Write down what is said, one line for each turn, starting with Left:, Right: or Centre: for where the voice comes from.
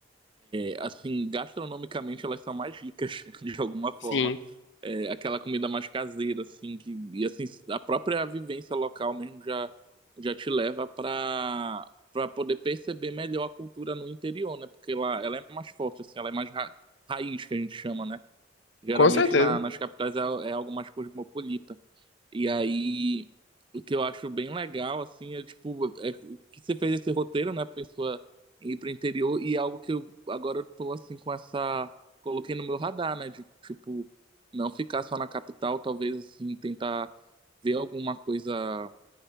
Right: é, assim, gastronomicamente elas são mais ricas, <laughs> de alguma forma.
Left: Sim,
Right: É, aquela comida mais caseira, assim, que, e assim, a própria vivência local mesmo já, já te leva para para poder perceber melhor a cultura no interior, né? Porque lá ela é mais forte, assim, ela é mais ra- raiz, que a gente chama, né? Geralmente
Left: com certeza.
Right: na, nas capitais é, é algo mais cosmopolita. E aí, o que eu acho bem legal, assim, é tipo, é que você fez esse roteiro, né, pessoa ir pro interior, e é algo que eu agora eu tô, assim, com essa. Coloquei no meu radar, né, de tipo, não ficar só na capital, talvez, assim, tentar ver alguma coisa